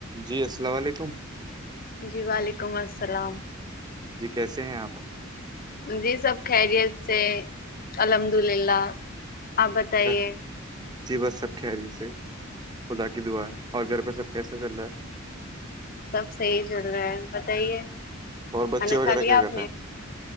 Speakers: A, on the right; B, on the left.
A: جی السلام علیکم
B: جی وعلیکم السلام
A: جی کیسے ہیں آپ
B: جی سب خیریت سے الحمد للہ آپ بتائیے
A: گھر جی بس سب خری سے خدا کی دعا اور گھر پہ سب کیسا چل رہا ہے
B: سب صحیح چل رہا ہے بتائیے
A: اور بچے
B: کھانا
A: وغیرہ
B: کھا لیا
A: کیا
B: آپ
A: کر رہے
B: نے
A: ہیں